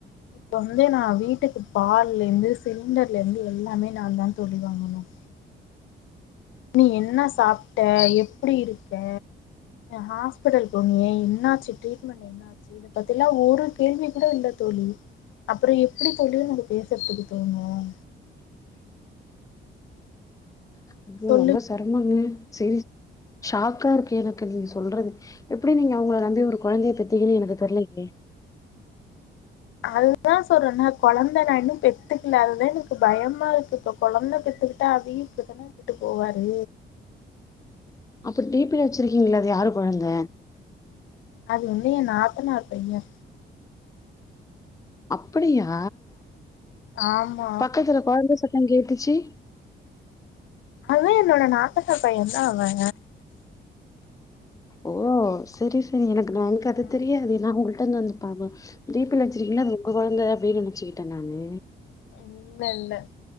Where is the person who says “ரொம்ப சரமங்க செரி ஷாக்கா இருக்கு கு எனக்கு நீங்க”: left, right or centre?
Left